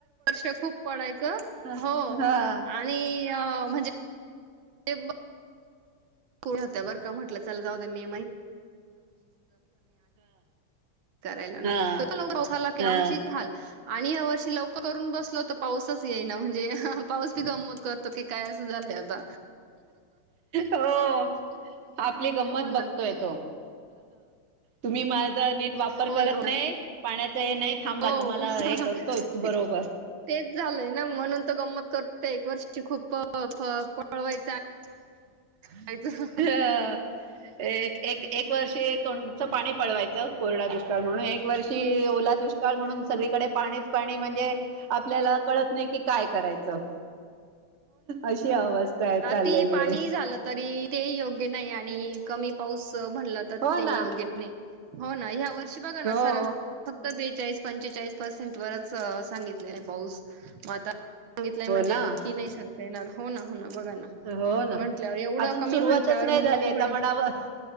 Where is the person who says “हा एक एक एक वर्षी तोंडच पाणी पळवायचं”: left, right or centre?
Right